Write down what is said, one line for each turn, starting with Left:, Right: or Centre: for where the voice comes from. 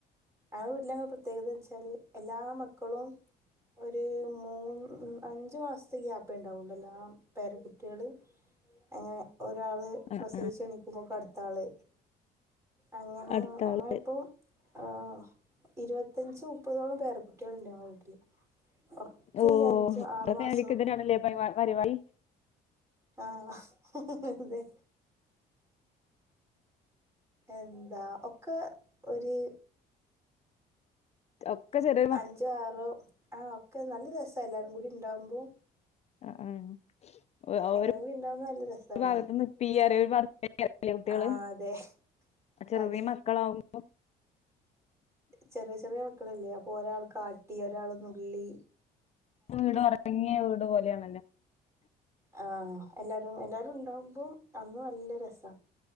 Right: ആ വീട്ടിലെ പ്രത്യേകത വെച്ചാല് എല്ലാ മക്കളും ഒരു മൂന്ന് അഞ്ച് മാസത്തെ ഗ്യാപ്പ് ഉണ്ടാവുള്ളൂ എല്ലാൽ പേരകുട്ടികള് അങ്ങനെ ഒരാള്
Left: ആ,
Right: പ്രസവിച്ച്
Left: ആ.
Right: എണിക്കുമ്പോക്ക് അടുത്താള് അങ്ങനെ
Left: അടുത്ത
Right: അങ്ങനെ
Left: ആള്
Right: ഇപ്പോ ആ ഇരുപത്തഞ്ച് മുപ്പതോളം പേര കുട്ടികളുണ്ട് ഞങ്ങളെ വീട്ടില് ഒക്കെ
Left: ഓ
Right: ഈ അഞ്ച്
Left: നിങ്ങളെ
Right: ആറ് മാസം
Left: ഫാമിലിക്ക് <unintelligible>
Right: ആഹ് അതെ എന്താ ഒക്കെ ഒര്
Left: ഒക്കെ ചെറ്യെ
Right: അഞ്ചോ ആറോ ആഹ് ഒക്കെ ന്നല്ല രസ എല്ലാരും കൂടി ഇണ്ടാവ്മ്പോ
Left: അ ആഹ് ഒ
Right: എല്ലാരും
Left: ഓര്
Right: കൂടി ഉണ്ടാവുമ്പോ നല്ല രസാണ്
Left: ഭാഗത്ത്ന്ന് പ്പിഅറിം ഒര്ഭാഗ് <inaudible> കുട്ട്യള്
Right: ആഹ് അതെ
Left: അചെറ്യെ
Right: അതെ
Left: മക്കളാവും
Right: ചെറ്യ ചെറ്യ് മക്കളല്ലേ അപ്പോഒരാൾ കാട്ടി ഒരാള് ന്നുള്ളി
Left: വീട് ഒർങ്ങിയ വീട് പോലെയണല്ലോ
Right: ആഹ് എല്ലാരും എല്ലാരുണ്ടാവുമ്പോ അന്ന് ന്നല്ല രസ